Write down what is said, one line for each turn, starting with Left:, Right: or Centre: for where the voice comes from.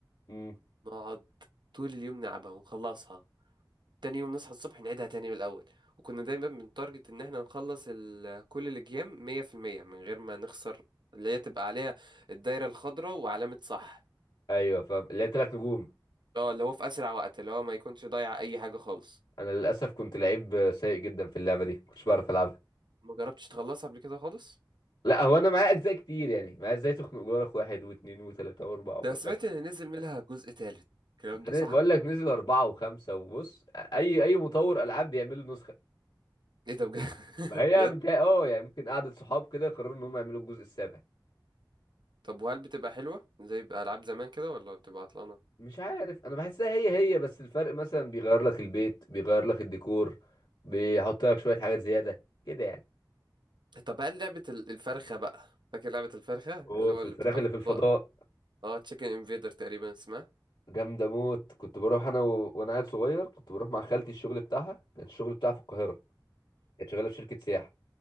Left: امم
Right: نقعد طول اليوم نلعبها ونخلصها تاني يوم نصحى الصبح نعيدها تاني من الأول وكنا دايما بنتارجت إن احنا نخلص ال- كل الجيم مية في المية من غير ما نخسر اللي هي تبقى عليها الدايرة الخضراء وعلامة صح
Left: ايوه فاهم اللي هي تلات نجوم
Right: اه اللي هو في أسرع وقت اللي هو ما يكونش ضايع أي حاجة خالص
Left: انا للاسف كنت لعيب آه، سيء جدا في اللعبة دي كنتش بعرف العبها
Right: ما جربتش تخلصها قبل كده خالص
Left: لا هو انا معايا اجزاء كتير يعني معايا ازاي تخنق جارك واحد واثنين وثلاثة واربعة وخمسة
Right: ده سمعت
Left: بس
Right: إن نزل منها جزء تالت الكلام ده
Left: أنا
Right: صح؟
Left: بقول لك نزل اربعة وخمسة وبص اي اي مطور العاب بيعملوا نسخة
Right: إيه ده بجد؟ <laughs>
Left: ما هي
Right: بجد؟
Left: متهيأ اه يعني ممكن قعدة صحاب كده يقرروا ان هم يعملوا الجزء السابع
Right: طب وهل بتبقى حلوة زي ألعاب زمان كده ولا بتبقى عطلانة؟
Left: مش عارف انا بحسها هي هي بس الفرق مثلا بيغير لك البيت بيغير لك الديكور بيحط لك شوية حاجات زيادة كده يعني
Right: طب هل لعبة ال- الفرخة بقى فاكر لعبة الفرخة
Left: اوف
Right: اللي هو اللي
Left: الفراخ
Right: بتبقى
Left: اللي
Right: في
Left: في
Right: الفضاء
Left: الفضاء
Right: اه تشيكن انفيدر تقريبا اسمها
Left: جامدة موت كنت بروح انا و... وانا عيل صغير كنت بروح مع خالتي الشغل بتاعها كان الشغل بتاعها في القاهرة كانت شغالة في شركة سياحة